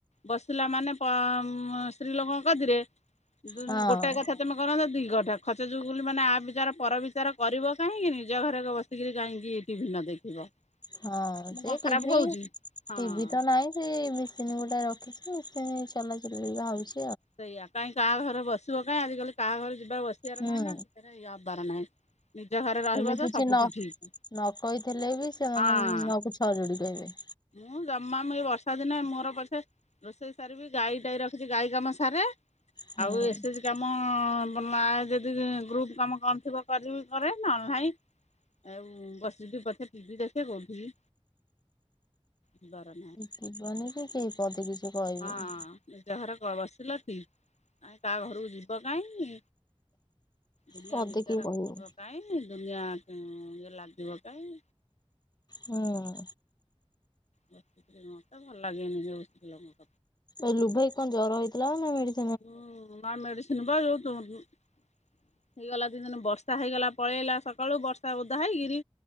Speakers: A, on the left (about 75°); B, on the left (about 40°).
A: ବସିଲା ମାନେ ପ ମ ସ୍ତ୍ରୀ ଲୋକଙ୍କ ଗତିରେ ଦୁଁନି
B: ହଁ
A: ଗୋଟାଏ କଥା ତମେ କର ନ ଯଦି <unintelligible> ଖଚ ଚୁଗୁଲି ମାନେ ଆ ବିଚାର ପର ବିଚାର କରିବ କାହିଁକି ନିଜ ଘରେ ଯୋଉ ବସିକିରି କାହିଁକି ଟିଭି ନ ଦେଖି ଦେଖିବ।
B: ହଁ
A: ମୁଁ
B: ସେ
A: କଣ
B: ଟିଭି
A: ଖରାପ କହୁଛି ହଁ
B: ଟିଭି ତ ନାହିଁ ସେଇ ମେସିନ୍ ଗୋଟେ ରଖିଚି ମେସିନ୍ ଚଲେଇବି ବୋଲି ଭାବୁଛି।
A: ସେଇଆ କାଇଁ କାହା ଘରେ ବସିବ କାଇଁ ଆଜିକାଲି କାହା ଘରେ ଯିବା ବସିବାର
B: ହୁଁ
A: ନାହିଁ ନା ସେଥିରେ ଇଏ ହବାର ନାହିଁ। ନିଜ ଘରେ ରହିବ
B: ତମେ କିଛି
A: ତ ସବୁଠୁ
B: ନ
A: ଠିକ୍
B: ନ କହିଥିଲେ ବି ସେମାନେ
A: ହଁ
B: ନ କୁ ଛ ଯୋଡ଼ି କହିବେ।
A: ମୁଁ ଜମା ମୁଁ ଏଇ ବର୍ଷା ଦିନେ ମୋର ପଛେ ରୋଷେଇ ସାରିବି ଗାଈ ତାଇ ରଖିଛି ଗାଈ କାମ ସାରେ ଆଉ
B: ହୁଁ
A: ଏସେ ଏସେ ଜି କାମ ଆମ ନାଁରେ ଯଦି ଗ୍ରୁପ୍ କାମ କଣ ଥିବ କରିବି କରେ ନହେଲେ ନାହିଁ ଏ ବସିକି ପଛେ ଟିଭି ଦେଖେ କୋଉଠିିକି ଯିବାର ନାହିଁ।
B: ଯିବନି କି, କେହି ପଦେ କିଛି କହିବେନି।
A: ହଁ ନିଜ ଘର ରେ ବସିଲ ଠିକ୍। କାଇଁ କାହା ଘରକୁ ଯିବ କାହିଁ ଦୁନିଆ
B: ପଦେ
A: ବିଚାର
B: କିଏ କହିବେନି।
A: ହବ କାଇଁ ଦୁନିଆ ହୁଁ ଇଏ ଲାଗିବ କାଇଁ
B: ହୁଁ।
A: ମତେ ଭଲ ଲାଗେନି ଯୋଉ ସ୍ତ୍ରୀ ଲୋକ
B: ଏଇ ଲୁବ ଭାଇକି କଣ ଜର ହେଇଥିଲା ବା ନା ମେଡ଼ିସିନ୍
A: ହୁଁ ବା ମେଡ଼ିସିନ ବା ଯୋଉ ଦୋ ହେଇଗଲା ଦି ଦିନି ବର୍ଷା ହେଇଗଲା ପଳେଇ ଆଇଲା ସକାଳୁ ବର୍ଷା ଓଦା ହେଇକିରି